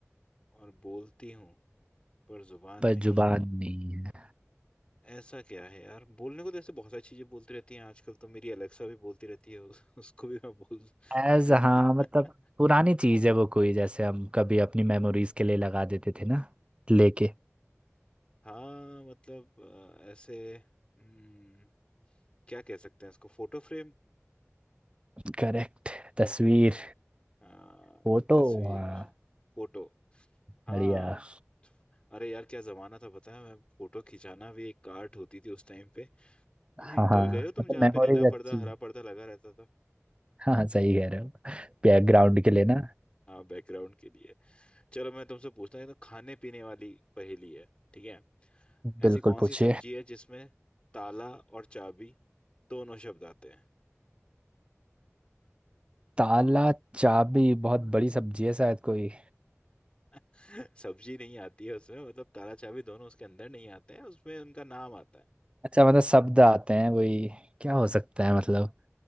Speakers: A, on the left; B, on the right.
A: और बोलती हूँ पर जुबान
B: पर
A: नहीं
B: जुबान नहीं है
A: ऐसा क्या है यार बोलने को तो ऐसे बहुत सारी चीजें बोलती रहती हैं आजकल तो मेरी अलेक्सा भी बोलती रहती है उस, उसको भी मैं बोल
B: एज हाँ
A: <laughs>
B: मतलब पुरानी चीज है वो कोई जैसे हम कभी अपनी मेमोरीज के लिए लगा देते थे ना लेके
A: हाँ मतलब अ, ऐसे हम्म, क्या कह सकते हैं इसको फोटो फ्रेम
B: करेक्ट तस्वीर
A: हाँ
B: फोटो
A: तस्वीर
B: हाँ।
A: फोटो हाँ
B: बढ़िया
A: अरे यार क्या जमाना था पता है मैं फोटो खिंचाना भी एक आर्ट होती थी उस टाइम पे <clears throat>
B: हाँ
A: कभी
B: हाँ
A: गए हो तुम
B: मतलब
A: जहाँ
B: मेमोरीज
A: पे नीला
B: अच्छी
A: पर्दा हरा पर्दा लगा रहता था
B: हाँ हाँ, सही कह रहे हो बैकग्राउंड के लिए ना
A: बैकग्राउंड के लिए चलो मैं तुमसे पूछता हूँ ये तो खाने पीने वाली पहेली है ठीक है
B: बिल्कुल
A: ऐसी कौन
B: पूछिए
A: सी सब्जी है जिसमें ताला और चाबी दोनों शब्द आते हैं
B: ताला चाबी बहुत बड़ी सब्जी है शायद कोई
A: <laughs> सब्जी नहीं आती है उसमें मतलब ताला चाबी दोनों उसके अंदर नहीं आते हैं उसमें उनका नाम आता है
B: अच्छा मतलब शब्द आते हैं वही क्या हो सकता है मतलब